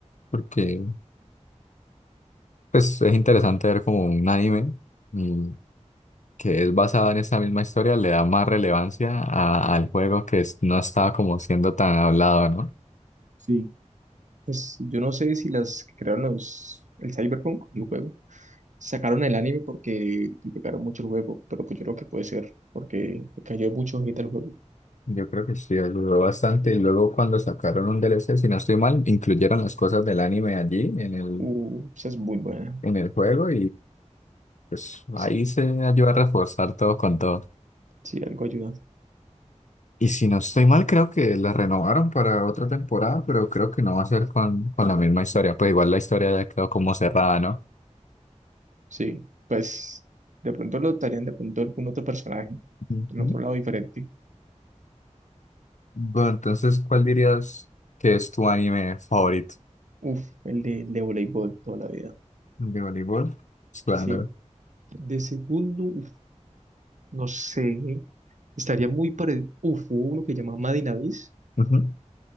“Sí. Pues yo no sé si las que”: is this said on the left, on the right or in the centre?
Right